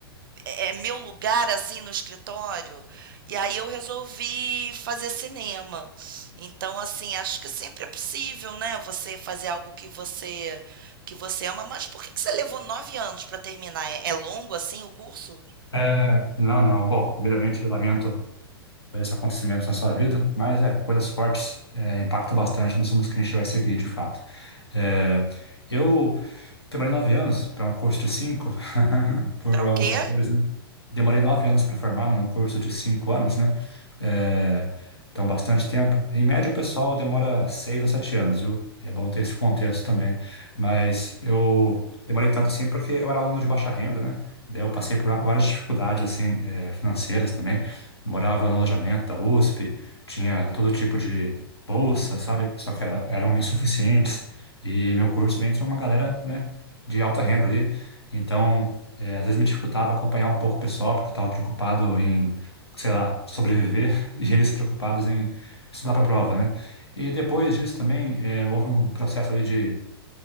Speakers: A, on the right; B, on the left.
A: é é meu lugar assim no escritório. E aí eu resolvi fazer cinema. Então, assim, acho que sempre é possível, né? Você fazer algo que você que você ama. Mas por que que você levou nove anos para terminar? É, é longo assim o curso?
B: É, não, não. Bom, primeiramente, eu lamento por esse acontecimento na sua vida, mas é, coisas fortes é, impactam bastante nos rumos que a gente vai seguir, de fato. É, eu Demorei nove anos para um curso de cinco, <laughs> por
A: Para o
B: alguns
A: quê?
B: fatores, né? Demorei nove anos para formar num curso de cinco anos, né? É, então, bastante tempo. Em média, o pessoal demora seis ou sete anos, viu? É bom ter esse contexto também. Mas eu demorei tanto assim porque eu era aluno de baixa renda, né? Daí eu passei por várias dificuldades, assim, é, financeiras também. Morava no alojamento da USP, tinha todo tipo de bolsa, sabe? Só que era- eram insuficientes. E meu curso entra uma galera, né? de alta renda ali. Então, é, às vezes me dificultava acompanhar um pouco o pessoal, porque eu estava preocupado em, sei lá, sobreviver <laughs> e eles preocupados em estudar para a prova, né? E depois disso também é, houve um processo ali de